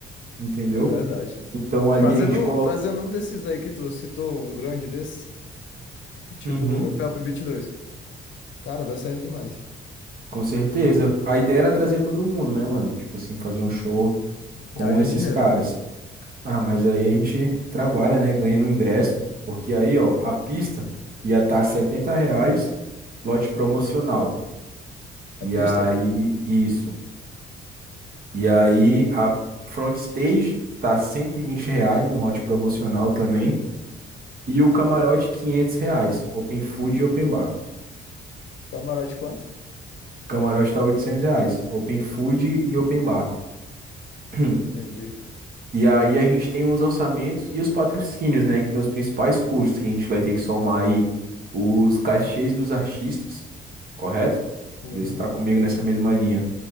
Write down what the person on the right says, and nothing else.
entendeu?
Então, ali
a gente coloca.
Uhum,
com certeza. A ideia era trazer todo mundo, né, mano? Tipo assim, fazer um show com
esses
caras. Ah, mas aí a gente trabalha, né? Ganha no ingresso. Porque aí, ó, a pista ia estar tá 70 reais, lote promocional.
E
aí, isso. E aí, a front stage tá 120 reais no lote promocional também. E o camarote, 500 reais. Open food e open bar.
O camarote tá 800 reais. Open food e open bar. <clears throat>
E aí a gente tem os orçamentos e os patrocínios, né? Que tem os principais custos, que a gente vai ter que somar aí os cachês dos artistas, correto?
Vê se está comigo nessa mesma linha.